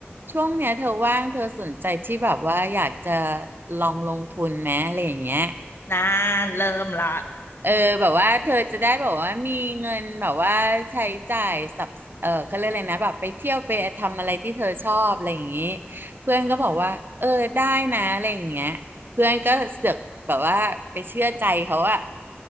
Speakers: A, on the right; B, on the left.
A: ช่วงเนี้ยเธอว่างเธอสนใจที่แบบว่าอยากจะลองลงทุนไหมอะไรอย่างเงี้ย
B: นานเริ่มละ
A: เออแบบว่าเธอจะได้แบบว่ามีเงินแบบว่าใช้จ่ายสับเออเขาเรียกอะไรนะแบบไปเที่ยวไปทำอะไรที่เธอชอบอะไรอย่างนี้เพื่อนก็บอกว่าเออได้นะอะไรอย่างเงี้ยเพื่อนก็เสือกแบบว่าไปเชื่อใจเขาอะ